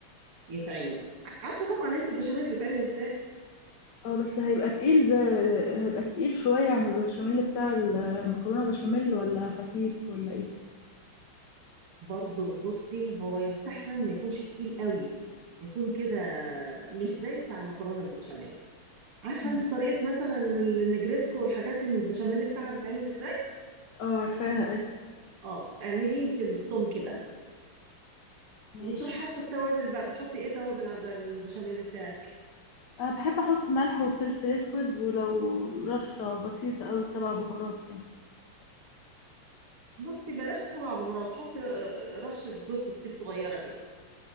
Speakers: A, on the right; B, on the left.
A: يتعمل عارفه طبعا انت البشاميل بيتعمل ازاي
B: اه بس هيبقى تقيل زي هيبقى تقيل شوية عن البشاميل بتاع المكرونة بشاميل ولا خفيف ولا ايه؟
A: برضه بصي هو يستحسن ما يكونش تقيل قوي يكون كده مش زي بتاع المكرونه بالبشاميل عارفه
B: مم.
A: انت طريقه مثلا النجريسكو والحاجات دي البشاميل بتاعها بيتعمل ازاي
B: اه عارفاها اي
A: اه اعمليه في الصوم كده
B: ماشي
A: وتروح حاطه التوابل بقى بتحطي ايه توابل على الب- البشاميل بتاعك
B: أه بحب أحط ملح وفلفل أسود ولو رشة بسيطة أوي سبع بهارات يعني
A: بصي بلاش سبع بهارات حطي آه، آه، رشه جوز الطيب صغيره كده